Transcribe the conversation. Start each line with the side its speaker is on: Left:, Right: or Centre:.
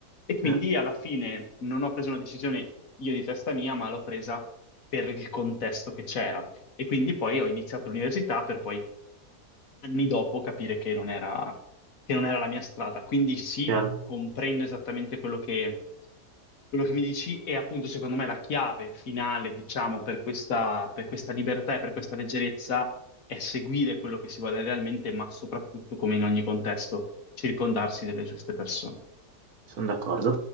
Left: E quindi
Right: Sì,
Left: alla fine non ho preso una decisione io di testa mia, ma l'ho presa per il contesto che c'era. E quindi poi ho iniziato l'università per poi anni dopo capire che non era, che non era la mia strada. Quindi sì,
Right: chiaro,
Left: comprendo esattamente quello che, quello che mi dici e appunto secondo me la chiave finale, diciamo, per questa, per questa libertà e per questa leggerezza è seguire quello che si vuole realmente, ma soprattutto, come in ogni contesto, circondarsi delle giuste persone.
Right: sono d'accordo.